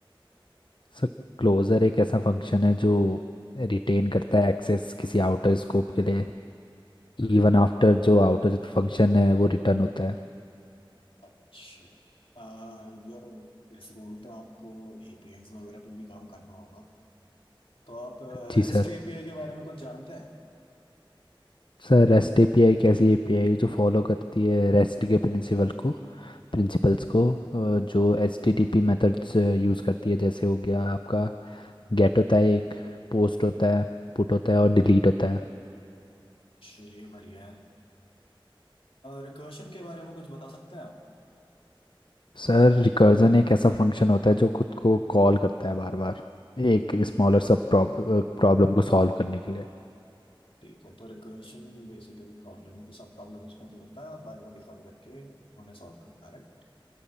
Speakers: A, on the left; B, on the left.
A: सर क्लोजर एक ऐसा फंक्शन है जो रिटेन करता है एक्सेस किसी आउटर स्कोप के लिए इवन आफ्टर जो आउटर फंक्शन है वो रिटर्न होता है
B: अच्छा आ, यार इस रोल पे आपको एपीआईज वगैरह पे भी काम करना होगा तो आप
A: जी
B: रेस्ट
A: सर
B: एपीआई के बारे में कुछ जानते हैं
A: सर रेस्ट एपीआई कैसी एपीआई जो फॉलो करती है रेस्ट के प्रिंसिपल को प्रिंसिपल्स को अ, जो एचटीटीपी मेथड्स यूज़ करती है जैसे हो गया आपका गेट होता है एक पोस्ट होता है पुट होता है और डिलीट होता है
B: चलिए बढ़िया है रिकर्शन के बारे में कुछ बता सकते हैं आप
A: सर रिकर्जन एक ऐसा फंक्शन होता है जो खुद को कॉल करता है बार बार एक स्मॉलर सब प्रॉब्लम को सॉल्व करने के लिए
B: ठीक है तो रिकर्शन बेसिकली प्रॉब्लम को सब प्रॉब्लम्स में तो होता है और बार बार रिकॉल करके उन्हें सॉल्व करता है राइट